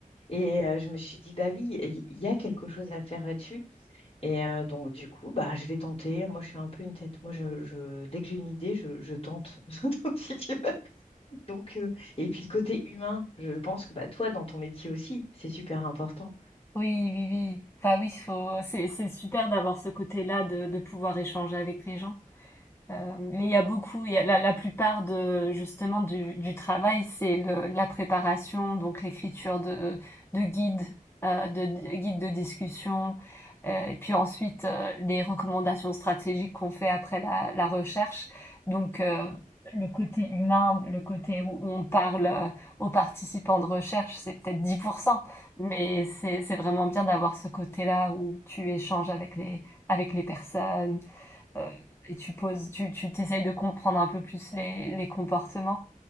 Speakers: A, on the left; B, on the left.
A: Et euh, je me suis dit, bah oui, il y a quelque chose à faire là-dessus. Et euh, donc, du coup, bah, je vais tenter. Moi, je suis un peu une tête. Moi, je, je- dès que j'ai une idée, je, je tente. <laughs> Donc, Si tu veux. Donc, euh, et puis, le côté humain, je pense que bah, toi, dans ton métier aussi, c'est super important.
B: Oui, oui, oui. Bah, oui, faut c'est c'est super d'avoir ce côté-là de de pouvoir échanger avec les gens. Euh, mais il y a beaucoup, il y a la, la plupart de justement du, du travail, c'est le- la préparation, donc l'écriture de, de guides, euh, de, de guides de discussion, euh, et puis ensuite euh, les recommandations stratégiques qu'on fait après la, la recherche. Donc euh, le côté humain, le côté où on parle euh, aux participants de recherche, c'est peut-être 10%, mais c'est c'est vraiment bien d'avoir ce côté-là où tu échanges avec les avec les personnes euh, et tu poses, tu tu t'essayes de comprendre un peu plus les les comportements.